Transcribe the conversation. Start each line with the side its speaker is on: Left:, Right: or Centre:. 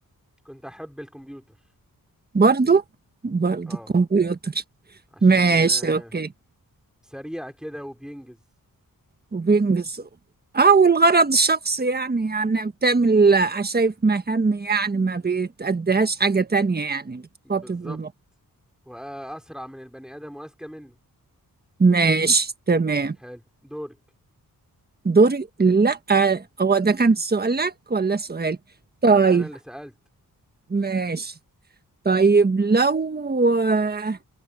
Centre: كنت احب الكمبيوتر
Right: برضو برضو
Centre: اه
Right: كمبيوتر
Centre: عشان
Right: ماشي
Centre: آه،
Right: اوكي
Centre: سريع كده وبينجز
Right: وبينجز اه والغرض الشخصي يعني يعني بتعمل آه، شايف مهام يعني ما بتأديهاش حاجة تانية يعني بتخاطب
Centre: بالظبط
Right: المخ
Centre: واسرع من البني ادم واذكى منه
Right: ماشي تمام
Centre: حلو دورك
Right: دوري لا آه، هو ده كان سؤالك ولا سؤال طيب
Centre: انا اللي سألت
Right: ماشي طيب لو آه،